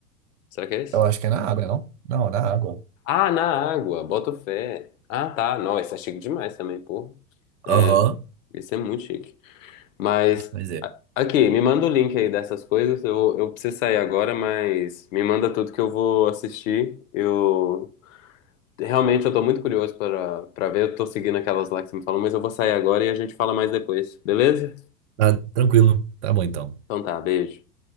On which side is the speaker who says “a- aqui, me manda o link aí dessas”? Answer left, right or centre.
Left